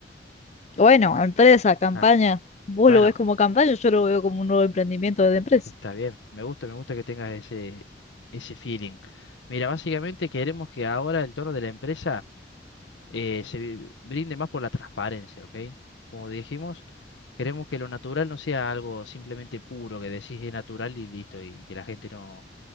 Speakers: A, on the left (about 40°); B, on the left (about 85°).
A: Bueno, empresa, campaña.
B: Ah,
A: Vos
B: bueno,
A: lo ves como campaña, yo lo veo como un nuevo emprendimiento de empresa.
B: está bien. Me gusta, me gusta que tengas ese, ese feeling. Mira, básicamente queremos que ahora el tono de la empresa eh, se vi- brinde más por la transparencia, ¿ok? Como dijimos, queremos que lo natural no sea algo simplemente puro, que decís es natural y listo, y que la gente no